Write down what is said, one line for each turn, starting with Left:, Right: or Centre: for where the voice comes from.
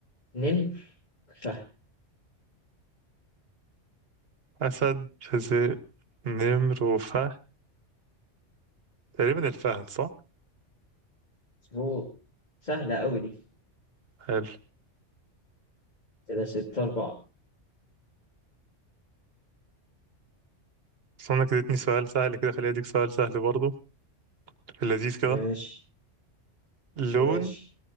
Left: نمر فهد
Right: أسد حزق نمر وفهد تقريبا الفهد صح؟
Left: مظبوط سهلة قوي دي
Right: حلو
Left: كده ستة أربعة
Right: بس انا كده اديتني سؤال سهل كده خليني اديك سؤال سهل برضه في اللذيذ كده
Left: ماشي
Right: لون
Left: ماشي